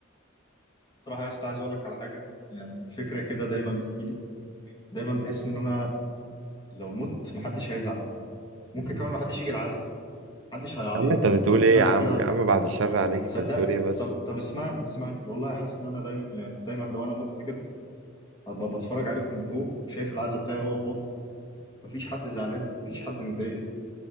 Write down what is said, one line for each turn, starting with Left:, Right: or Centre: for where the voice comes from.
Left: بصراحه يا اسطى عايز اقول لك على حاجه يعني فكره كده دايما بتجيلي دايما بحس ان انا لو مت محدش هيزعل ممكن كمان محدش يجي العزاء محدش هيعيط
Right: يا عم انت بتقول
Left: انا حاسس
Right: ايه
Left: ان انا
Right: يا عم
Left: كده
Right: يا عم بعد الشر عليك انت
Left: صدق
Right: بتقول ايه بس
Left: طب طب اسمعني اسمعني والله حاسس ان انا دايما يعني دايما لو انا مت كده هبقى بتفرج عليكم من فوق شايف العزا بتاعي وهو فاضي مفيش حد زعلان مفيش حد متضايق